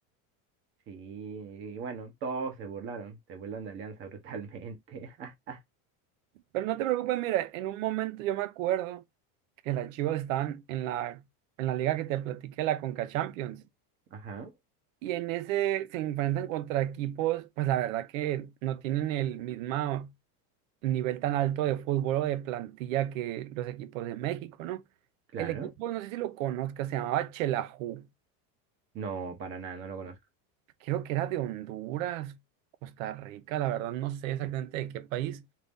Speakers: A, on the right; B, on the right.
A: Sí, y bueno, todos se burlaron, se burlaron de Alianza brutalmente. <laughs>
B: Pero no te preocupes, mira, en un momento yo me acuerdo que las Chivas están en la, en la liga que te platiqué, la Conca Champions.
A: Ajá,
B: Y en ese se enfrentan contra equipos, pues la verdad que no tienen el mismo nivel tan alto de fútbol o de plantilla que los equipos de México, ¿no?
A: claro.
B: El equipo, no sé si lo conozca, se llamaba Chelaju.
A: No, para nada, no lo conozco.
B: Creo que era de Honduras, Costa Rica, la verdad no sé exactamente de qué país,